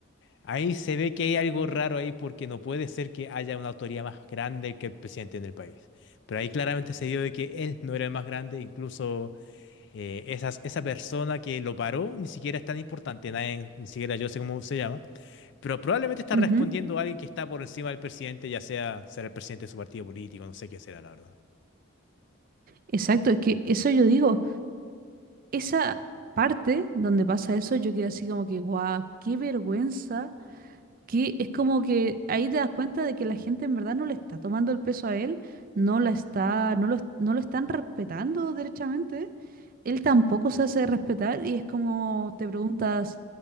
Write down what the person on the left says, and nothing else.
ahí se ve que hay algo raro ahí porque no puede ser que haya una autoría más grande que el presidente en el país. Pero ahí claramente se dio de que él no era el más grande, incluso eh, esas- esa persona que lo paró ni siquiera es tan importante, nadie, ni siquiera yo sé cómo se llama, pero probablemente está
respondiendo a alguien que está por encima del presidente, ya sea será el presidente de su partido político, no sé qué será, la verdad.